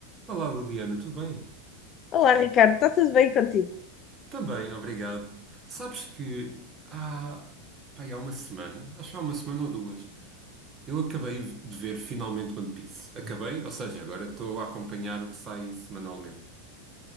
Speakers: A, on the right; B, on the left.
A: Olá Liliana, tudo bem?
B: Olá, Ricardo, está tudo bem contigo?
A: Também, obrigado. Sabes que há, pá, há uma semana, acho que há uma semana ou duas, eu acabei de ver finalmente One Piece. Acabei, ou seja, agora estou a acompanhar o que sai semanalmente.